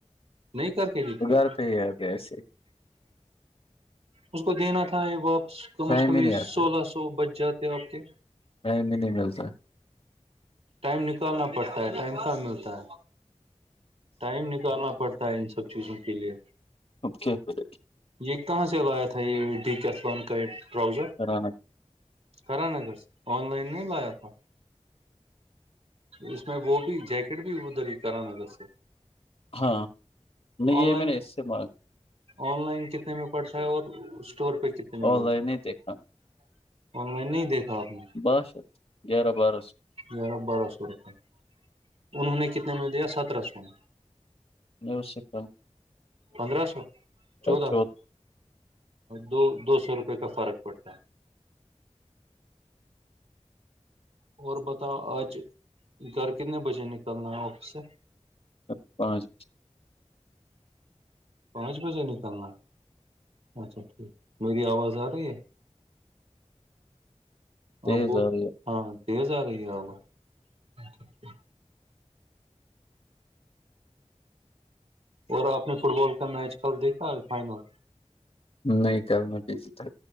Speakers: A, on the right; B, on the left.
A: نہیں کر کے دی
B: گھر پہ ہی آ گیا ایسے
A: اس کو دینا تھا یہ واپس کم
B: ٹائم
A: از کم
B: ہی
A: یہ
B: نہیں آتا
A: سولہ سو بچ جاتے آپ کے
B: ٹائم بھی نہیں ملتا
A: ٹائم نکالنا پڑتا ہے ٹائم کہ ملتا ہے ٹائم نکالنا پڑتا ہے ان سب چیزوں کے لیے
B: اوکے پھر
A: یہ کہاں سے لایا تھا یہ ڈیک اتلان کا یہ ٹراؤزر
B: سران
A: خرا ناگرس آن لائن نہیں لاق تھا اس میں وہ بھی جیکٹ بھی ادھر ہی کرارا نگر سے
B: ہاں نہیں
A: آن
B: یہ
A: لائن
B: میں نے اس سے مانگ
A: آن لائن کتنے میں پڑتا ہے اور اسٹور پہ کتنے میں
B: آن
A: ملتا
B: لائن
A: ہے
B: نہیں دیکھا
A: آن لائن نہیں دیکھا آپ نے
B: بارہ سو گیارہ بارہ سو
A: گیارہ بارہ سو روپئے انہوں نے کتنے میں دیا سترہ سو میں
B: نیو سکم
A: پندرہ سو چودودہ
B: چودہ
A: سو دو دو سو روپے کا فرق پڑتا ہے <inaudible> اور بتاؤ آج گھر کتنے بجے نکلنا ہے آفس سے
B: سب پانچ
A: پانچ بجے نکلنا اچھا ٹھیک میری آواز آ رہی ہے
B: تیز
A: ابو
B: آ رہی
A: ہاں تیز آ رہی ہے اب اچھا اچھا اور آپ نے فٹ بال کا میچ کل دیکھا ہے فائنل
B: نہیں کرنا چیزی تھا